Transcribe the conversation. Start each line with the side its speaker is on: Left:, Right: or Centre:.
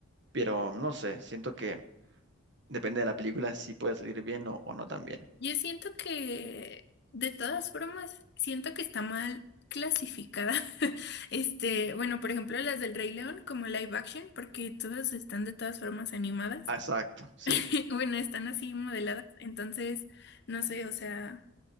Right: Pero no sé, siento que depende de la película si puede salir bien o, o no también.
Left: Yo siento que, de todas formas, siento que está mal clasificada. <laughs> Este, bueno, por ejemplo, las del Rey León como live action, porque todas están de todas formas animadas.
Right: Ah, Exacto, sí.
Left: <laughs> Bueno, están así modeladas, entonces, no sé, o sea,